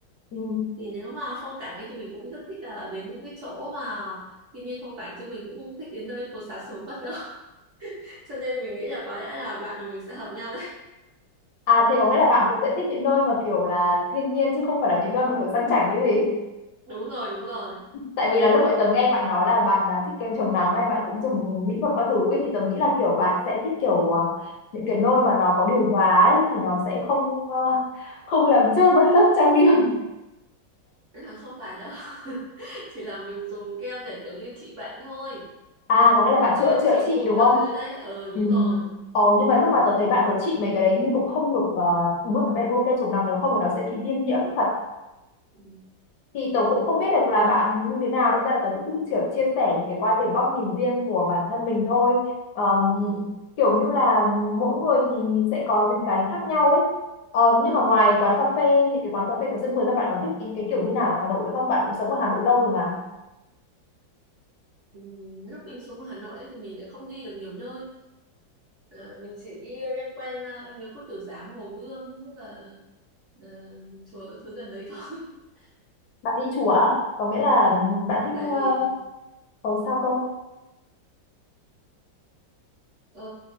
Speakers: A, on the left; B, on the right.
A: ừ.
B: Thì nếu mà phong cảnh ấy thì mình cũng rất thích là đến những cái chỗ mà thiên nhiên phong cảnh chứ mình cũng không thích đến nơi phố xá sầm uất đâu. <laughs> Cho nên mình nghĩ là có lẽ là bạn và mình sẽ hợp nhau đấy.
A: à thế có nghĩa là bạn cũng sẽ thích những nơi mà kiểu là thiên nhiên chứ không phải là những nơi mà kiểu sang chảnh như gì
B: <laughs> Đúng rồi, đúng rồi.
A: tại vì là lúc vậy tớ nghe bạn nói là bạn à, thích kem chống nắng hay bạn cũng dùng mỹ phẩm các thứ ấy, thì tớ nghĩ là kiểu bạn sẽ thích kiểu à, những cái nôi mà nó có điều hòa ấy, thì nó sẽ không à, không làm trôi mất lớp trang điểm
B: À, không phải đâu. <laughs> Chỉ là mình dùng kem để kiểu như trị bệnh thôi.
A: à có nghĩa
B: Ví
A: là
B: dụ
A: bạn
B: như
A: chữa chữa
B: trị mụn
A: trị đúng
B: các
A: không
B: thứ đấy. Ờ đúng
A: ừ.
B: rồi.
A: Ồ, nhưng mà lúc
B: Ừ.
A: mà tớ thấy bạn tớ trị mấy cái đấy hình như cũng không được uh, uống một cái bê bô kem chống nắng nếu không thì nó sẽ bị viêm nhiễm thật
B: Ừ.
A: thì tớ cũng không biết được là bạn như thế nào đâm ra là tớ cũng chỉ chia sẻ những cái quan điểm góc nhìn riêng của bản thân mình thôi Ờm,
B: Ừ.
A: kiểu như là mỗi người thì sẽ có những cái khác nhau ấy Ờm,
B: Ừ.
A: nhưng mà ngoài quán cà phê những cái quán cà phê kiểu sân vườn ra bạn còn thích những cái kiểu như nào ở Hà Nội nữa không bạn cũng sống ở Hà Nội lâu rồi mà
B: Ừ. Lúc mình xuống Hà Nội ấy, thì mình lại không đi được nhiều nơi Ờ, mình chỉ đi loanh quanh ờ, văn miếu Quốc Tử Giám Hồ Gươm như là ờ, chùa thứ gần đấy thôi <laughs>
A: bạn đi chùa á? có nghĩa là bạn thích
B: tại
A: ờ,
B: vì
A: cầu sao không
B: ờ,